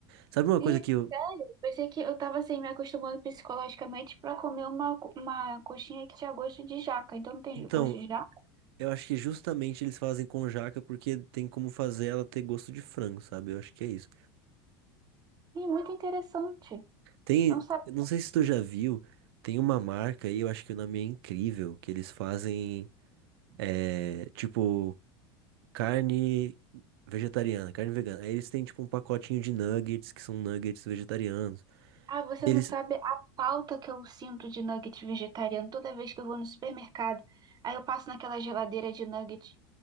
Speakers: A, on the right; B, on the right.
A: Sabe uma
B: E,
A: coisa que eu.
B: sério, pensei que eu tava assim, me acostumando psicologicamente pra comer uma, co- uma coxinha que tinha gosto de jaca. Então não tem
A: Então,
B: gosto de jaca.
A: eu acho que justamente eles fazem com jaca porque tem como fazer ela ter gosto de frango, sabe? Eu acho que é isso.
B: E muito interessante.
A: Tem.
B: Não sabe.
A: eu Não sei se tu já viu, tem uma marca aí, eu acho que o nome é incrível, que eles fazem. É, tipo, carne vegetariana, carne vegana. Aí eles têm tipo um pacotinho de nuggets, que são nuggets vegetarianos.
B: Ah, você
A: E eles,
B: não sabe a falta que eu sinto de nugget vegetariano toda vez que eu vou no supermercado. Aí eu passo naquela geladeira de nugget